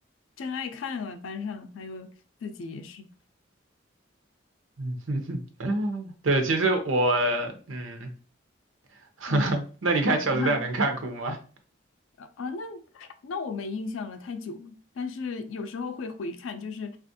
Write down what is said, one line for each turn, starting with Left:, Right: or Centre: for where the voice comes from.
Left: 真爱看啊，班上还有自己也是，
Right: <laughs> 对，其实我，嗯，<laughs>
Left: 嗯，
Right: 那你看《小时代》能看哭吗？
Left: 看啊，啊那那我没印象了，太久了。但是有时候会回看，就是